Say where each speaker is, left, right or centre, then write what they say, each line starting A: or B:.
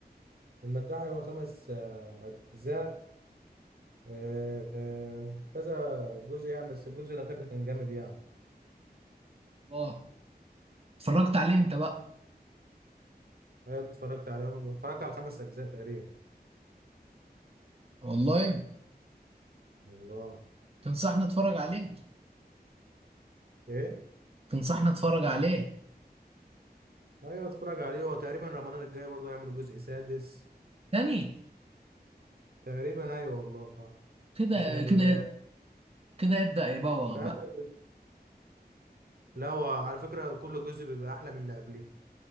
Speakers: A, on the right (about 65°); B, on the right (about 35°).
A: المداح هو خمس آه، اجزاء آه، آه، كذا جزء يعني بس الجزء الاخير ده كان جامد يعني
B: الله اتفرجت عليه انت بقى
A: ايوه اتفرجت عليه اتفرجت على خمس اجزاء تقريبا
B: والله
A: والله
B: تنصحني اتفرج عليه
A: ايه
B: تنصحني اتفرج عليه
A: ايوه اتفرج عليه هو تقريبا رمضان الجاي برضه هيعمل جزء سادس
B: تاني
A: تقريبا ايوه والله
B: كده
A: عشان ال...
B: كده كده يبدأ يبوغ
A: في
B: بقى
A: اخر لا هو على فكره كل جزء بيبقى احلى من اللي قبليه